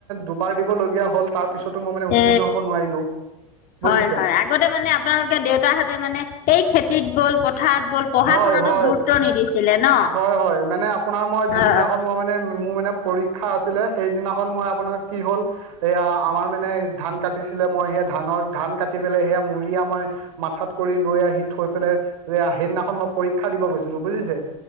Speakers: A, on the right; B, on the left.
A: দুবাৰ দিবলগীয়া হ'ল। তাৰ পিছতো মই মানে উত্তীৰ্ণ
B: এ
A: হ'ব নোৱাৰিলো,
B: হয়
A: বুজিছে?
B: হয় আগতে মানে আপোনালোকে দেউতাহঁতে মানে এই খেতিত গ'ল পথাৰত গল। পঢ়া
A: হয়
B: শুনাটোত
A: হয়,
B: গুৰুত্ব নিদিছিলে ন
A: হয় হয় মানে আপোনাৰ মই যোনদিনাখন
B: অ
A: মই মানে মোৰ মানে পৰীক্ষা আছিলে সেইদিনাখন মই আপোনাৰ কি হ'ল সেয়া আমাৰ মানে ধান কাটিছিলে মই সেই ধানৰ ধান কাট পেলাই সেয়া মৰিয়া মই, মাথাত কৰি লৈ আহি থৈ পেলাই সেইদিনাখন মই পৰীক্ষা দিব গৈছিলো বুজিছে,